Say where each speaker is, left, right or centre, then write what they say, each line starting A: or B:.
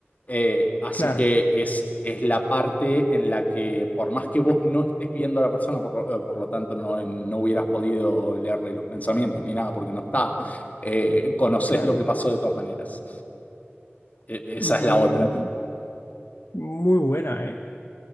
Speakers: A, on the left; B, on the left.
A: Eh, así
B: claro,
A: que es, es la parte en la que, por más que vos no estés viendo a la persona, por, eh, por lo tanto no, no hubieras podido leerle los pensamientos ni nada porque no está, eh, conoces
B: claro.
A: lo que pasó de todas maneras. E- esa
B: Mm,
A: es la otra.
B: muy buena, ¿eh?